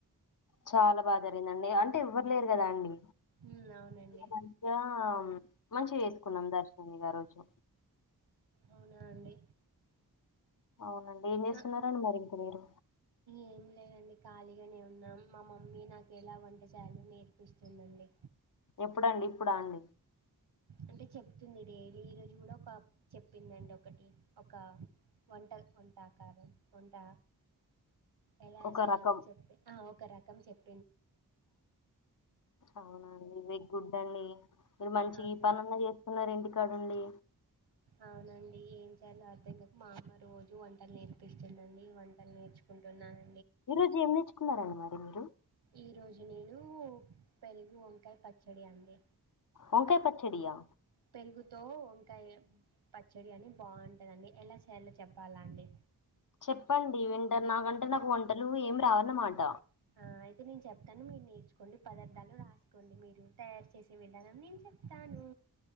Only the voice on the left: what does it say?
చాలా బాగా జరిగిందండి అంటే ఎవ్వరు లేరు కదా అండి
ఏ మధ్య మంచిగా వేసుకున్నాం దర్శనిగా ఆ రోజు
అవునండి ఏం చేస్తున్నారండి
మరి ఇంక మీరు
ఎప్పుడండి ఇప్పుడా అండి
ఒక
రకం
అవునండి వెగ్ గుడ్డ్ అండి మీరు మంచి
గ ఈ పనన్నా చేస్తున్నార్ అండి తడండి
ఈ రోజు ఏం నేర్చుకున్నార అండి మరి మీరు
బంకాయ పచ్చడియా
చెప్పండి వింటర్ నాకంటే నాకు వంటలు ఏమి రావనన్నమాట